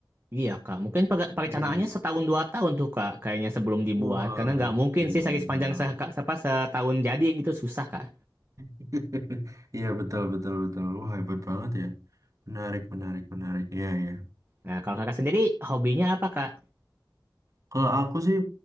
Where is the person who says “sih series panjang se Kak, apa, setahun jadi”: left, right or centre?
Right